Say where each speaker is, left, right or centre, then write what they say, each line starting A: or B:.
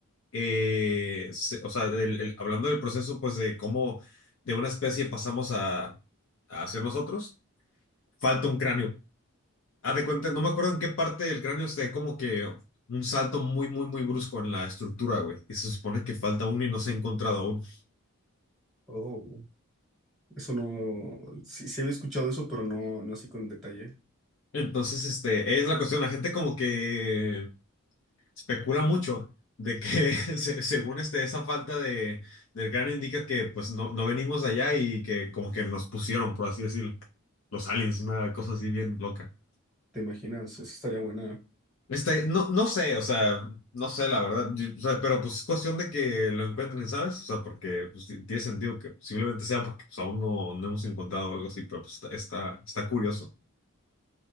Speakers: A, on the left; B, in the centre.
A: eh, se- o sea, del- el- hablando del proceso, pues de cómo de una especie pasamos a, a ser nosotros, falta un cráneo. Haz de cuenta, no me acuerdo en qué parte del cráneo esté como que un salto muy, muy, muy brusco en la estructura, güey. Y se supone que falta uno y no se ha encontrado aún.
B: Oh, Eso no, sí, sí había escuchado eso, pero no, no así con detalle.
A: Entonces, este, es la cuestión. La gente como que especula mucho de que <laughs> se- según este, esa falta de, del cráneo indica que pues no, no venimos de allá y que como que nos pusieron, por así decirlo, los aliens, una cosa así bien loca.
B: ¿Te imaginas? Eso estaría buena.
A: Este, no, no sé, o sea, no sé la verdad, Yo- o sea, pero pues es cuestión de que lo encuentren, ¿sabes? O sea, porque pues, ti- tiene sentido que posiblemente sea porque pues, aún no, no hemos encontrado algo así, pero pues está, está, está curioso.